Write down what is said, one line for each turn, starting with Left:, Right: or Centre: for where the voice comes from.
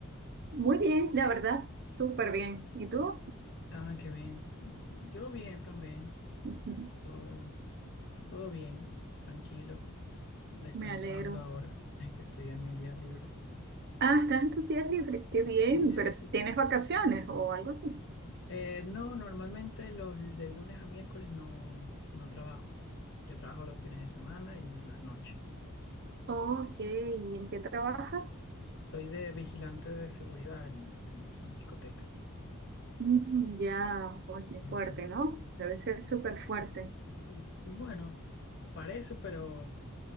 Right: Muy bien, la verdad, súper bien. ¿Y tú?
Left: Ah, qué bien. Yo bien también.
Right: <laughs> Ujú.
Left: Todo, todo bien, tranquilo, descansando
Right: Me alegro.
Left: ahora. Es que estoy en mi día libre.
Right: Ah, estás en tus días libres. Qué bien,
Left: Sí, sí,
Right: pero
Left: sí.
Right: ¿tienes vacaciones o algo así?
Left: Eh, no, normalmente los de lunes a miércoles no, no trabajo. Yo trabajo los fines de semana y las noches.
Right: Ok, ¿y en qué trabajas?
Left: Estoy de vigilante de seguridad en, en discotecas.
Right: Mm, Ya, oye, qué
Left: Ujú.
Right: fuerte, ¿no? Debe ser súper fuerte.
Left: Mm, Bueno, parece, pero